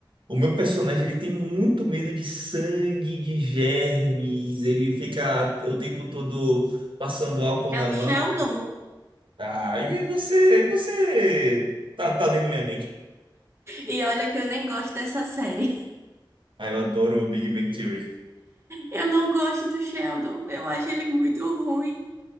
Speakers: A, on the right; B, on the right.
A: O meu personagem ele tem muito medo de sangue, de germes, ele fica o tempo todo passando álcool
B: É
A: na
B: o
A: mão.
B: Sheldon. <laughs>
A: Ah, e você, você tá, tá lendo minha mente.
B: E olha que eu nem gosto dessa série.
A: Ah, eu adoro o Big Bang Theory.
B: Eu não gosto do Sheldon. Eu acho ele muito ruim.